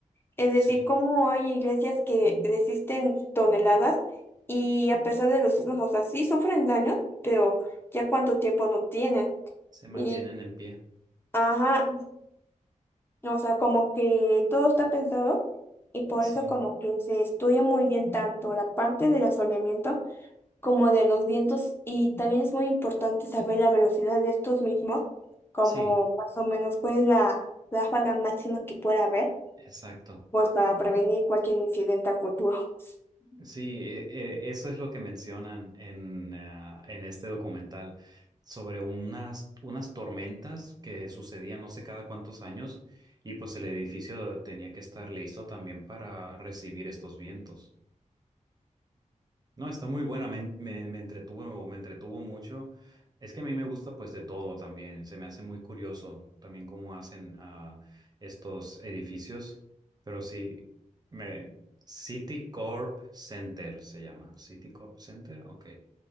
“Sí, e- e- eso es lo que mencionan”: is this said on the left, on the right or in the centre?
Right